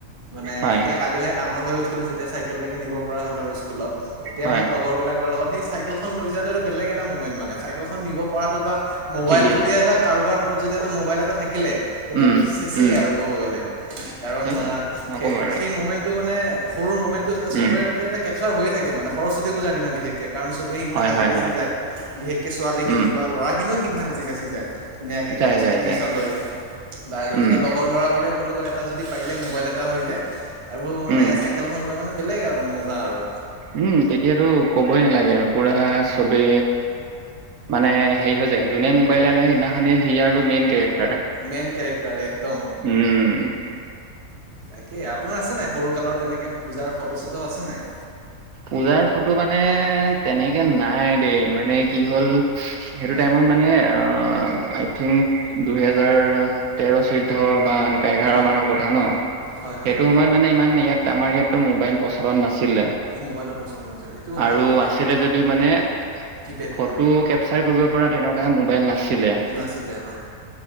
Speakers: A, on the right (about 25°); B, on the right (about 75°).
A: মানে
B: হয়
A: যেতিয়া লাগিলে ডাঙৰ হৈ উঠিলো, যেতিয়া চাইকেল তাইকেল নিব পৰা হলো আৰু স্কুলত তেতিয়া
B: হয়।
A: মানে লগৰ বিলাকৰ লগত সেই চাইকেলখন লৈ যোৱাটো এটো বেলেগ এটা মমেণ্ট মানে, চাইকেলখন নিব পৰাটো বা মোবাইল
B: ঠিকেই
A: যদিহে এটা কাৰোবাৰ হাতত যদি এটা মোবাইল এটা থাকিলে তেতিয়ালেটো
B: উম
A: চেছেই
B: উম
A: আৰু কব গ'লে, কাৰণ
B: সেই
A: আহ,
B: নক'ব
A: সেই-সেই
B: আৰু
A: মমেন্টটো মানে সৰু <unintelligible> মমেণ্টটো চবৰে
B: উম
A: তাতে এটা কেপচাৰ হৈয়ে থাকে। মানে সৰস্বতী পূজাৰ দিনা বিশেষকে কাৰণ চবেই সিদিনা
B: হয়
A: সাজি
B: হয়
A: কাচি
B: হয়
A: যায়। বিশেষকে ছোৱালী খিনি
B: উম
A: বা ল'ৰা খিনিও সিদিনা সাচি কাচি যায়। ধুনীয়াকে গামোচা
B: যায় যায়
A: চামোচা
B: যায়।
A: লৈ বা গতিকে
B: উম,
A: লগৰ ল'ৰাবিলাক লগ এটা যদি পাৰিলে মোবাইল এটা হৈ যায় আৰু মানে
B: উম,
A: চাইকেলখন লৈ মানে বেলেগ আৰু মজা আৰু
B: উম, তেতিয়াতো কবই নালাগে আৰু পুৰা চবে মানে হেৰি হৈ যায় যোনে মোবাইলে আনে সেইদিনাখনে সি আৰু মেইন কেৰেক্ট
A: মেইন কেৰেক্টাৰ একদম
B: উম।
A: তাকে, আপোনাৰ আছে নাই সৰু কালৰ তেনেকে পূজাৰ ফটো চটো আছে নাই?
B: পূজাৰ ফটো মানে, তেনেকে নাই দেই মানে কি হ'ল সেইটো
A: হয়
B: টাইমত মানে অ' অহ' আই থিংক দুহেজাৰ তেৰ চৈধ্য বা এনেকুৱা এঘাৰ
A: উম,
B: মানৰ কথা ন',
A: হয়
B: সেইটো
A: হয়।
B: সময়ত মানে ইমান ইয়াত আমাৰ ইয়াতো মোবাইল প্ৰচলন নাছিলে।
A: মোবাইলৰ প্ৰচলন নাছিল সেইটোও হয়
B: আৰু
A: বাৰু দেই
B: আছিলে যদিও মানে
A: কিপেড
B: ফটো
A: ফোন
B: কেপচাৰ কৰিব পৰা, তেনেকুৱা মোবাইল নাছিলে।
A: নাছিলে হয়।